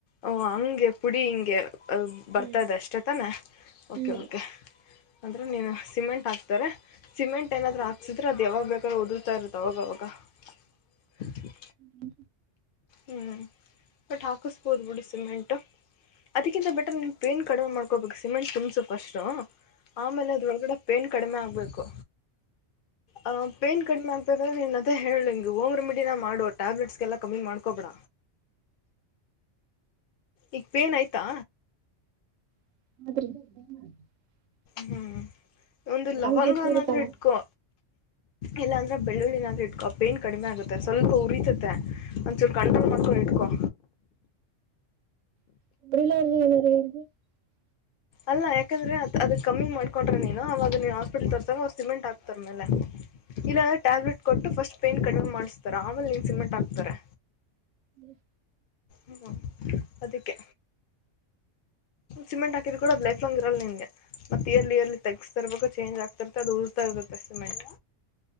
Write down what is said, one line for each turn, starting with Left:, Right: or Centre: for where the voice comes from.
Left: ಓ ಹಂಗೆ ಪುಡಿ ಹಿಂಗೆ ಅ ಬರ್ತಾದೆ
Right: ಹ್ಮ್
Left: ಅಷ್ಟೇ ತಾನೆ ಓಕೆ
Right: ಹ್ಞೂ
Left: ಓಕೆ
Right: ರೀ
Left: ಅಂದ್ರೆ ನೀನು ಸಿಮೆಂಟ್ ಹಕ್ತಾರೆ ಸಿಮೆಂಟ್ ಏನಾದ್ರು ಹಾಕಸಿದ್ರೆ ಅದು ಯಾವಾಗ ಬೇಕಾದರು ಉದುರ್ತಾ ಇರುತ್ತ ಅವಾಗ ಅವಾಗ. <inaudible>
Right: ಹ್ಮ
Left: ಹ್ಮ್ ಬಟ್ ಹಾಕಿಸ್ಬೋದು ಬಿಡಿ ಸಿಮೆಂಟು. ಅದಕ್ಕಿಂತ <unintelligible> ಬೆಟ್ರ ನಿಮ್ ಪೈನ್ ಕಡಿಮೆ ಮಾಡ್ಕೋಬೇಕು ಸಿಮೆಂಟ್ ತುಂಬ್ಸು ಫಸ್ಟ್. ಆಮೇಲೆ ಅದ್ರೊಳಗಡೆ ಪೇನ್ ಕಡಿಮೆ ಆಗ್ಬೇಕು ಆ ಪೇನ್ ಕಡಿಮೆ ಆಗ್ ನೀನ್ ಅದೇ ಹೇಳಿ ಹೋಮ್ ರೆಮಿಡಿನ ಮಾಡೋ ಟಬ್ಲೆಟ್ಸ್ಗೆಲ್ಲ ಕಮ್ಮಿ ಮಾಡ್ಕೊಬೇಡಾ. ಈಗ ಪೇನ್ ಐತಾ.
Right: <unintelligible>
Left: ಹ್ಮ್ ಒಂದು
Right: ನಾಲ್ಕು
Left: ಲವಂಗವನಾದ್ರೂ
Right: ಹೆಚ್ಚಿದ್ರೆ ತಾನ
Left: ಇಟ್ಕೊ. ಇಲ್ಲಾಂದ್ರೆ ಬೆಳ್ಳಿನ ಅಂದ್ರೆ ಇ ಪೇನ್ ಕಡಿಮೆ ಆಗುತ್ತೆ ಸ್ವಲ್ಪ ಉರಿತತ ಮತ್ತೆ ಒಂದ ಚುರ ಕಂಟ್ರೋಲ್ ಮಾಡ್ಕೊಂಡು ಇಟ್ಕೊ.
Right: <unintelligible>
Left: ಅಲ್ಲ ಯಾಕಂದ್ರೆ ಅ ಅದ್ ಕಮ್ಮಿ ಮಾಡ್ಕೊೊಂಡ್ರ ನೀನು ಅವಾಗ ನೀ ಹಾಸ್ಪಿಟ್ಲ್ ತೋರ್ಸಾಗ ಅವರು ಸಿಮೆಂಟ್ ಹಾಕ್ತಾರ ಮೇಲೆ. ಇಲ್ಲ ಅಂದ್ರೆ ಟ್ಯಾಬ್ಲೆಟ್ ಕೊಟ್ಟು ಫಸ್ಟ್ ಪೈನ್ ಕಡಿಮೆ ಮಾಡಸ್ತಾರೆ ಆಮೇಲೆ ನಿನ್ ಸಿಮೆಂಟ್ ಹಾಕ್ತಾರೆ.
Right: ಹ್ಮ್
Left: ಹ್ಮ ಅದಕ್ಕೆ ಸಿಮೆಂಟ್ ಹಾ ಇದು ಕೂಡ ಅ ಲೈಫಲಾಂಗ್ ಇರಲ್ಲಾ ನಿಂಗೆ. ಮತ್ತ ಇರ್ಲಿ ಇರ್ಲ್ಲಿ ತೆಗಸ್ತಿರ್ಬೇಕು ಚೇಂಜ್ ಆಗ್ತಿರ್ತ್ತೆ ಅದು ಉರ್ತಾ ಇರ್ತತ್ತೆ ಸಿಮೆಂಟ್.